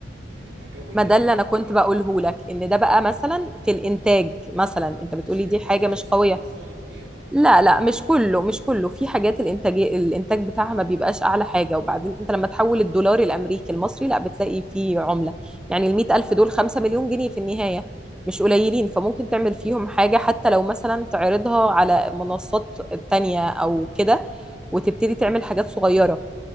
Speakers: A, on the right; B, in the centre.
A: يعني أقوي قلبي
B: ما ده اللي انا كنت بقوله لك ان ده بقى
A: آه
B: مثلا في الانتاج مثلا انت بتقولي
A: بس الإنتاج
B: دي حاجة
A: بحس
B: مش قوية
A: بده مصاري كثير أنا ما
B: لا
A: بعرف
B: لا مش كله مش كله في حاجات الانتاج الانتاج بتاعها ما بيبقاش اعلى حاجه وبعدين انت لما تحول الدولار الامريكي المصري لا بتلاقي فيه عمله يعني
A: آه
B: ال 100 الف دول 5 مليون جنيه في النهايه مش قليلين فممكن
A: آه
B: تعمل
A: آه
B: فيهم حاجه حتى لو مثلا تعرضها على منصات تانية او كده وتبتدي تعمل حاجات صغيره